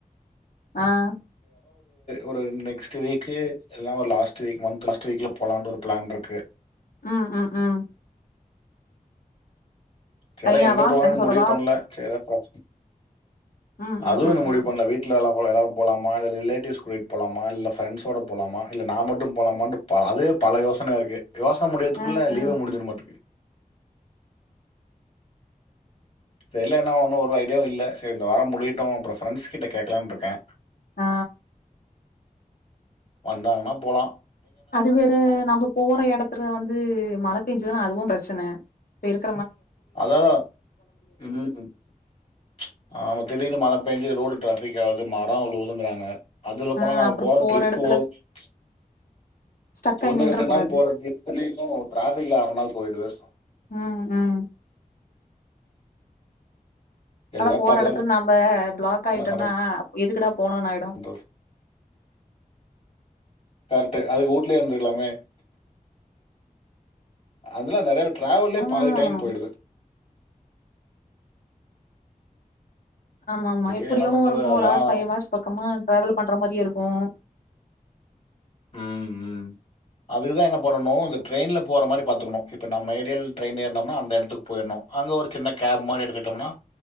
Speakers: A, on the left (about 85°); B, on the left (about 50°).
A: அ
B: ஒரு நெக்ஸ்டு வீக்கு இல்னா ஒரு லாஸ்டு வீக்கு மந்த்து லாஸ்டு வீக்ல போலான்டு ஒரு ப்ளான்ருக்கு
A: அ அ அ
B: <unintelligible>
A: தனியாவா
B: எங்க போனோன்னு
A: ஃப்ரெண்ட்ஸோடவா
B: முடிவு பண்ல செரி <inaudible>
A: ம் ம்
B: அதுவு
A: ம்
B: இன்னு முடிவு
A: ம்
B: பண்ல வீட்ல எல்லா <unintelligible> எல்லாரரு போலாமா இல் ரிலேட்டிவ்ஸ் கூடிட் போலாம இல்ல ஃப்ரெண்ஸோட போலாம இல்ல நா மட்டும் போலாமான் ப அது பல யோசன இருக்கு யோஸ்ன முடியிற்துக்குள்ள
A: அ அ
B: லீவே முடிஞ்சிடு மாட்டுக்கு தெர்ல என்ன ஒன்னு ஒரு ஐடியாவு இல்ல செர் இந்த வாரம் முடியட்டு அப்புறோ ஃப்ரெண்ஸ் கிட்ட கேக்கலான்ட்ருக்கே
A: அ
B: வந்தாங்கன்னா போலா
A: அது வேற நம்போ போற எடத்துல வந்து மழ பெஞ்சுதா அதுவு ப்ரெச்சன பேருக்
B: <unintelligible> ம் ச்ச் ஆமா திடீனு மழ <unintelligible> ரோடு டிராஃபிக் ஆவ்து மரோ உழுகுதுன்றாங்க அதுல
A: ஆ
B: போனா நம்ம
A: அப்புறோ
B: போற ட்ரிப்பு
A: எடத்துல
B: <unintelligible> ச்ச்
A: ஸ்டக் ஆயி
B: ஒன்னு
A: நின்ற
B: ரெண்டு
A: கூடாது
B: நாள் போற ட்ரிப்புமே <inaudible> டிராஃபிக்ல அர நாள் போய்ட்து
A: ம் ம்
B: எல்லாம்
A: அதா போற
B: பார்த்து
A: எடத்துல
B: தான்
A: நம்ப ப்ளாக்
B: போகணும்
A: ஆய்ட்டோன்னா
B: என்ன
A: எதுக்குடா போனோனாய்டு
B: பண்ணுறது <unintelligible> அதுக்கு ஊட்லியே இர்ந்துர்க்கலாமே அதல்லா நெறைய பேர் ட்ராவலே
A: ம்
B: பாதி டைம் போய்டுது
A: ஆமா ஆமா
B: சரி
A: எப்புடியு
B: என்ன பண்ணுறது
A: ஒரு ஃபோர்
B: எல்லாம்
A: ஆர்ஸ் ஃபைவ் ஆர்ஸ் பக்கமா ட்ராவல் பன்ற மாரியே இருக்கோ
B: ம் ம் அதுதா என்ன பண்ணணோ இந்த ட்ரெயின்ல போற மாரி பாத்துக்குனோ இப்ப நம்ம ஏரியல் ட்ரெயின் ஏர்னம்னா அந்த எடத்துக் போயிட்னோ அங்க ஒரு சின்ன கேப் மாரி எடுத்துட்டோம்னா